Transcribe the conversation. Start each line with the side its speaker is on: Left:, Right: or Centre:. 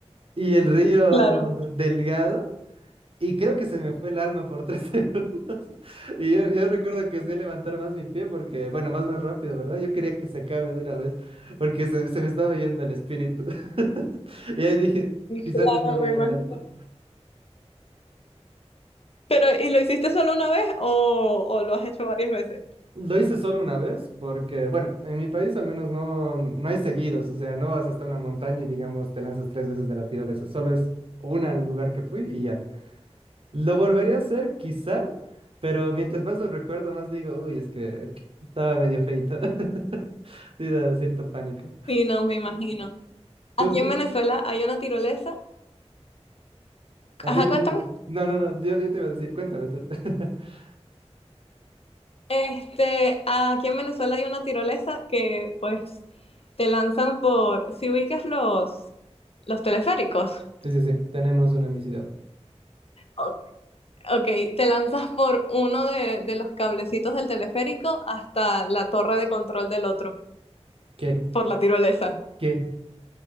Right: Y el río
Left: <laughs> claro,
Right: delgado. Y creo que se me fue el alma por tres <laughs> segundos. Y yo, yo recuerdo que sé levantar más mi pie porque, bueno, más más rápido, ¿verdad? Yo quería que se acabe de una vez porque se, se me estaba yendo el espíritu. <laughs> Y ahí dije, quizá
Left: claro,
Right: no es lo mío
Left: me imagino.
Right: tanto.
Left: Pero, ¿y lo hiciste solo una vez o, o lo has hecho varias veces?
Right: Lo hice solo una vez porque, bueno, en mi país al menos no, no hay seguidos, o sea, no vas hasta una montaña y digamos te lanzas tres veces de la tirolesa, solo es una al lugar que fui y ya. Lo volvería a hacer, quizá, pero mientras más lo recuerdo, más digo, uy, es que estaba medio feito. <laughs> Sí, da cierto pánico.
Left: Sí, no, me imagino.
Right: Tú,
Left: Aquí
Right: tú,
Left: en
Right: me-
Left: Venezuela hay una tirolesa.
Right: ah,
Left: Ajá,
Right: dime,
Left: cuéntame.
Right: dime, dime. No, no, no, yo, yo te iba a decir, cuéntame tú. <laughs>
Left: Este, aquí en Venezuela hay una tirolesa que pues te lanzan por, si ubicas los, los teleféricos,
Right: Sí, sí, sí, tenemos una en mi ciudad.
Left: o- ok, te lanzas por uno de, de los cablecitos del teleférico hasta la torre de control del otro,
Right: ¿Qué?
Left: por la tirolesa.
Right: ¿Qué?